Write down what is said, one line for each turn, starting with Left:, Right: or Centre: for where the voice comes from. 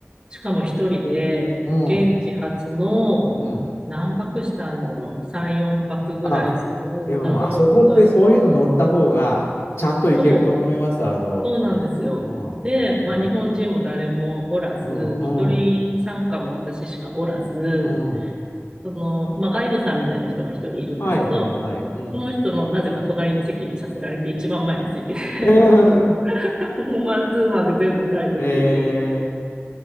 Right: しかも一人で、
Left: うん。
Right: 現地初の、
Left: うん。
Right: 何泊したんだろう。3、4泊ぐらいする謎のツアー。
Left: あ、でも、あそこってそういうの乗った方が、ちゃんと行けると思います。
Right: そう、
Left: あの、
Right: そうなんですよ。
Left: うん、う
Right: で、まあ、日本人も誰もおらず、
Left: ん、
Right: 一人参加も私しかおらず、
Left: うん、うん。
Right: その、まあ、ガイドさんみたいな人が一人いるんですけど、
Left: はい、はい、はい。うん。
Right: その人のなぜか隣の席にさせられて、一番前の席で
Left: <laughs>
Right: <laughs> もうマンツーマンで全部ガイド受けて、
Left: え